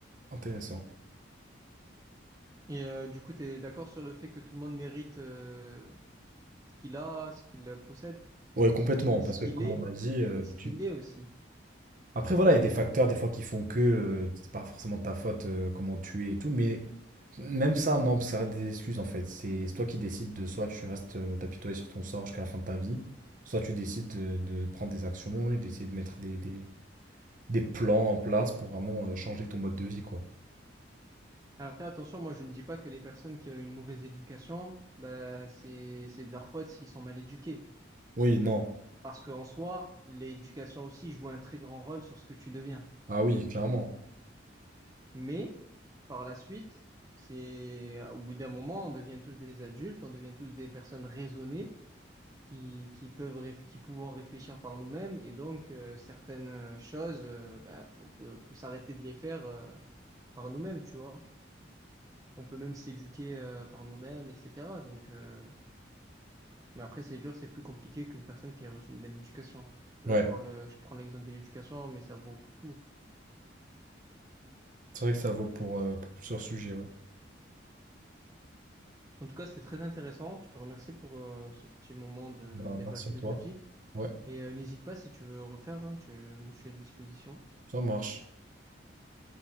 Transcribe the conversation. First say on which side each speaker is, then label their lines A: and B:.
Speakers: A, on the right; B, on the right.
A: Intéressant.
B: Et euh, du coup, tu es d'accord sur le fait que tout le monde mérite euh, ce qu'il a, ce qu'il possède,
A: Ouais, complètement,
B: et
A: parce
B: ce qu'il
A: que comme
B: est,
A: on a dit, euh,
B: et ce qu'il
A: tu,
B: est aussi.
A: Après, voilà, il y a des facteurs des fois qui font que euh, c'est pas forcément de ta faute euh, comment tu es et tout, mais même ça, non, ça reste des excuses en fait. C'est c'est toi qui décides de soit tu restes euh, t'apitoyer sur ton sort jusqu'à la fin de ta vie, soit tu décides de, de prendre des actions et d'essayer de mettre des, des- des plans en place pour vraiment euh, changer ton mode de vie, quoi.
B: Après, attention, moi, je ne dis pas que les personnes qui ont une mauvaise éducation, bah, c'est, c'est de leur faute s'ils sont mal éduqués.
A: Oui, non.
B: Parce qu'en soi, l'éducation aussi joue un très grand rôle sur ce que tu deviens.
A: Ah oui, clairement.
B: Mais par la suite, c'est au bout d'un moment, on devient tous des adultes, on devient tous des personnes raisonnées qui, qui peuvent réf- qui pouvons réfléchir par nous-mêmes. Et donc, euh, certaines euh, choses, euh, bah, faut- on peut, on peut s'arrêter de les faire euh, par nous-mêmes, tu vois. On peut même s'éduquer euh, par nous-mêmes, etc. Donc, euh, Mais après, c'est dur, c'est plus compliqué qu'une personne qui a reçu une bonne éducation. Là,
A: Ouais,
B: je parle, euh, je prends l'exemple de l'éducation, mais ça vaut pour tout.
A: c'est vrai que ça vaut pour, euh, pour plusieurs sujets, ouais.
B: En tout cas, c'était très intéressant. Je te remercie pour euh, ce petit moment de
A: Bah,
B: débat
A: merci
B: philosophique.
A: à toi. Ouais,
B: Et euh, n'hésite pas si tu veux refaire, hein, tu... moi, je suis à disposition.
A: ça marche.